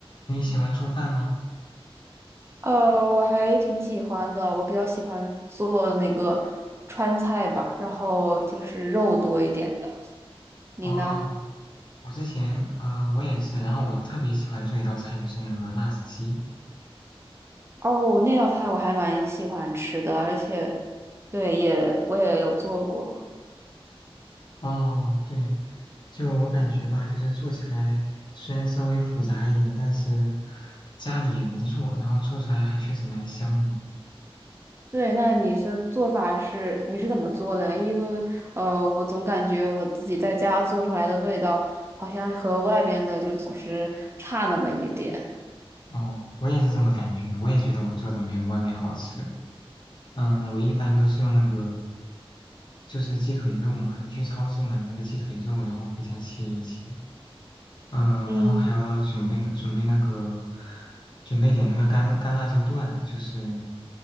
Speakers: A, on the left (about 50°); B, on the right (about 25°).
A: 你喜欢做饭吗？
B: 呃，我还挺喜欢的，我比较喜欢做那个川菜吧，然后就是肉多一点的。你呢？
A: 哦，我之前呃我也是，然后我特别喜欢做一道菜，就是那个辣子鸡。
B: 哦，那道菜我还蛮喜欢吃的，而且，对，也我也有做过。
A: 哦，对，就我感觉吧，就是做起来虽然稍微复杂一点，但是家里也能做，然后做出来还确实蛮香的。
B: 对，那你是做法是你是怎么做的呀？因为呃，我总感觉我自己在家做出来的味道好像和外边的就总是差那么一点。
A: 哦，我也是这么感觉的，我也觉得我做的没有外面好吃。嗯，我一般都是用那个就是鸡腿肉嘛，你去超市买那个鸡腿肉，然后回家切一切。嗯，
B: 嗯。
A: 然后还有要准备准备那个，准备点那个干干辣椒段，就是